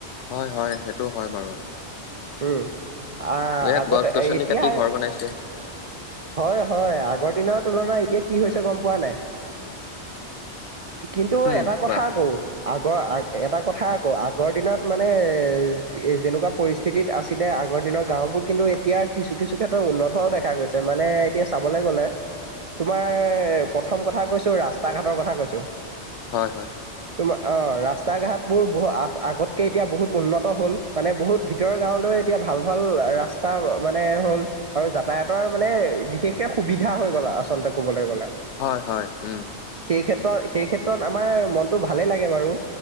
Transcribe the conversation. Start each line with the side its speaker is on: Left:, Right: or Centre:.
Left: হয় হয় সেইটো হয় বাৰু
Right: উম আহ
Left: এ
Right: আগতে
Left: গছ গছনি
Right: এতিয়া
Left: কাটি ঘৰ বনাইছে
Right: হয় হয় আগৰ দিনৰ তুলনা এতিয়া কি হৈছে গম পোৱা নাই কিন্তু
Left: উম
Right: এটা কথা
Left: কোৱা
Right: আকৌ আগৰ আ এটা কথা আকৌ আগৰ দিনত মানে এ যেনেকুৱা পৰিস্থিতিত আছিলে আগৰ দিনৰ গাঁওবোৰ কিন্তু এতিয়া কিছু কিছু ক্ষেত্ৰত উন্নত হোৱাও দেখা গৈছে মানে এতিয়া চাবলে গলে তোমাৰ প্ৰথম কথা কৈছো ৰাস্তা ঘাটৰ কথা কৈছো
Left: হয় হয়
Right: তোমাৰ অ ৰাস্তা ঘাট বোৰ বহ আগতকে এতিয়া বহুত উন্নত হ'ল মানে বহুত ভিতৰৰ গাঁৱলৈ এতিয়া ভাল ভাল ৰাস্তা মানে হ'ল আৰু যাতায়াতৰ মানে বিশেষকে সুবিধা হৈ গ'ল আচলতে ক'বলে গ'লে
Left: হয় হয় উম
Right: সেই ক্ষেত্ৰত সেই ক্ষেত্ৰত আমাৰ মনটো ভালেই লাগে বাৰু